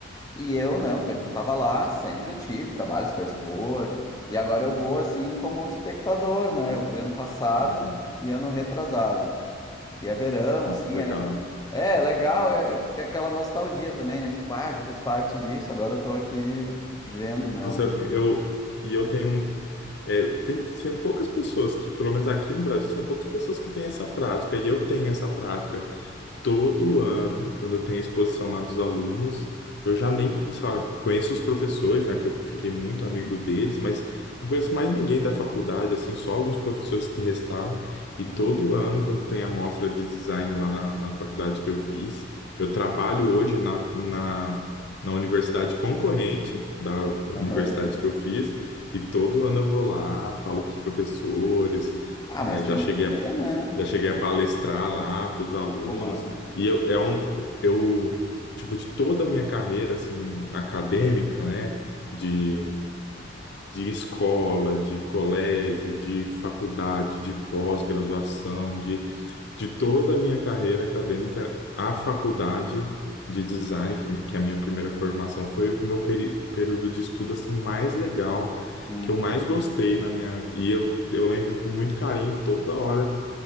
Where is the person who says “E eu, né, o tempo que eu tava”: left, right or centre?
Left